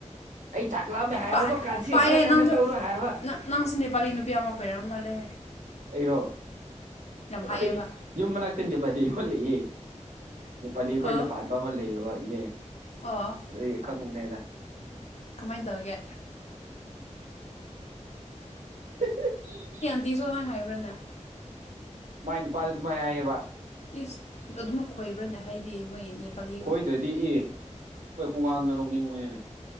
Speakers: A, on the right; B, on the left.
A: ꯑꯩ ꯆꯥꯛꯂꯥꯝꯃꯦ ꯍꯥꯏꯕꯀꯣ
B: ꯄꯥꯛꯑꯦ
A: ꯀꯥꯖꯤ
B: ꯄꯥꯛꯑꯦꯍꯦ
A: ꯈꯔ ꯉꯟꯅ
B: ꯅꯪꯁꯨ
A: ꯇꯧꯔꯣ ꯍꯥꯏꯕ
B: ꯅꯪ ꯅꯪꯁꯨ ꯅꯦꯄꯥꯂꯤ ꯅꯨꯄꯤ ꯑꯃ ꯀꯣꯏꯔꯝ ꯃꯥꯜꯂꯦ
A: ꯑꯩꯔꯣ ꯑꯩꯈꯣꯏ
B: ꯍꯥꯏꯌꯦꯕ
A: ꯌꯨꯝ ꯃꯅꯥꯛꯇ ꯅꯦꯄꯥꯜꯂꯤ ꯑꯃ ꯂꯩꯌꯦ ꯅꯦꯄꯥꯂꯤ ꯑꯩꯈꯣꯏꯗ
B: ꯑꯣ
A: ꯄꯥꯟꯕ ꯑꯃ ꯂꯩꯌꯦꯕ ꯏꯅꯦ
B: ꯑꯣ
A: ꯑꯗꯨꯗꯒꯤ ꯈꯪꯕꯅꯦꯗ
B: ꯀꯃꯥꯏꯅ ꯇꯧꯒꯦ
A: <unintelligible>
B: <unintelligible>
A: ꯃꯥꯏ ꯅꯨꯄꯥꯗꯨ ꯑꯗꯨ ꯃꯥꯏ ꯍꯥꯏꯌꯦꯕ
B: ꯏꯁ ꯑꯗꯨꯃꯛ ꯈꯣꯏꯕ꯭ꯔꯅꯦ ꯍꯥꯏꯗꯤ ꯃꯣꯏ ꯅꯦꯄꯥꯂꯤ
A: ꯈꯣꯏꯗ꯭ꯔꯗꯤ ꯑꯦ ꯑꯩꯈꯣꯏ ꯈꯨꯡꯉꯥꯡꯗꯣ ꯅꯣꯛꯅꯤꯡꯕꯅꯤꯅꯦ